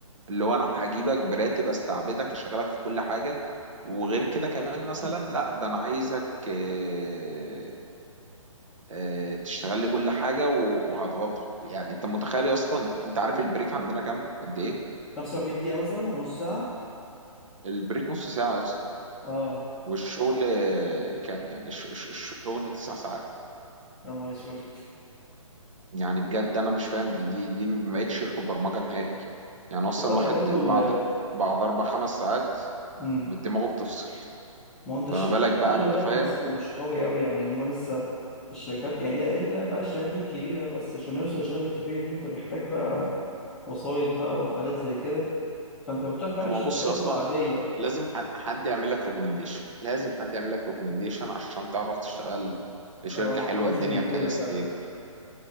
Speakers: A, on the right; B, in the centre.
A: اللي هو أنا هجيبك براتب أستعبدك أشغلك في كل حاجة وغير كده كمان مثلا لا ده أنا عايزك آه، آه، تشتغل لي كل حاجة و- وهضغطك يعني أنت متخيل أصلا أنت عارف البريك عندنا كام قد إيه؟
B: 45 دقيقه مثلا او نص ساعه
A: البريك نص ساعة
B: اه
A: والشغل آه، كام يعني الش- الش- الشغل تسع ساعات
B: يا نهار اسود
A: يعني بجد انا مش فاهم دي دي, دي ما بقتش شركه برمجه نهائي يعني اصلا
B: خد بالك
A: الواحد
B: برضو ال
A: بعد بعد اربع خمس ساعات
B: ال
A: دماغه بتفصل
B: ما هو انت
A: فما
B: الشغل
A: بالك
B: الشغل
A: بقى انت
B: ده
A: فاهم
B: في مصر مش قوي قوي يعني هما لسه الشركات يعني إيه الا بقى الشركات الكبيره بس عشان يوصل للشركات الكبيره دي انت محتاج بقى وسايط بقى وحاجات زي كده فانت بتروح بقى
A: هو
B: للشركات
A: بص يا اسطى
B: العاديه
A: لازم ح- حد يعمل لك ريكومنديشن لازم حد يعمل لك ريكومنديشن عشان تعرف تشتغل في شركه
B: اه
A: حلوه
B: لازم
A: الدنيا
B: يفير
A: فيها ستيبل
B: فعلا